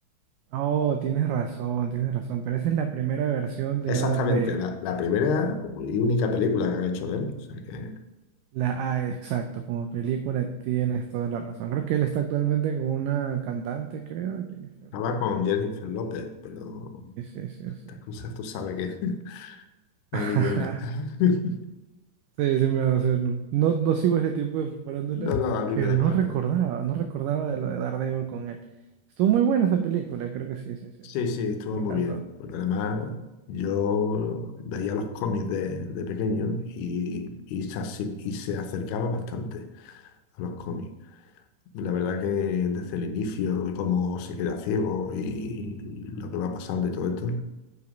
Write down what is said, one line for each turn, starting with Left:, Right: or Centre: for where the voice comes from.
Right: oh, tienes razón, tienes razón, pero esa es la primera versión de
Left: Exactamente,
Right: Daredevil.
Left: la, la primera y única película que han hecho de él. O sea que
Right: La A, exacto, como película tienes toda la razón. Creo que él está actualmente con una cantante, creo, Jennifer
Left: estaba
Right: López,
Left: con Jennifer
Right: creo.
Left: López, pero
Right: Sí, sí, sí, sí.
Left: estas cosas tú sabes que <laughs> van
Right: <laughs>
Left: y vienen. <laughs>
Right: Sí, sí me va a hacer. No, no no sigo ese tipo de farándulas,
Left: No, no, a mí
Right: pero
Left: me da igual.
Right: no recordaba,
Left: ¿eh?
Right: no recordaba de lo de Daredevil con él. Estuvo muy buena esa película, creo que sí, sí, sí,
Left: Sí,
Right: sí, sí,
Left: sí, estuvo
Right: Me
Left: muy
Right: encantó.
Left: bien. Porque además, yo veía los cómics de, de pequeño y, y, se, ace- y se acercaba bastante a los cómics. La verdad que desde el inicio, de cómo se queda ciego y lo que va pasando y todo esto,